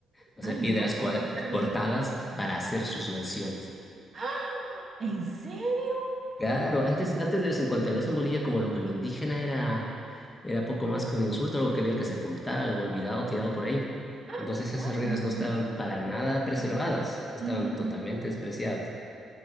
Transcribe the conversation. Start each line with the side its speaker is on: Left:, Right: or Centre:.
Left: o
Right: Ay,
Left: sea, piedras
Right: no,
Left: cuadra-
Right: qué terrible.
Left: cortadas
Right: <gasps>
Left: para hacer sus mansiones.
Right: ¡Ah! ¿En serio?
Left: Claro, antes, antes del 52 en Bolivia como lo que lo indígena era, era poco más que un insulto, algo que había que sepultar, algo olvidado, tirado por ahí.
Right: ¡Ah!
Left: Entonces esas
Right: Ay,
Left: ruinas
Right: Dios mío,
Left: no estaban para nada
Right: qué terrible.
Left: preservadas, estaban
Right: Ujú,
Left: totalmente despreciadas.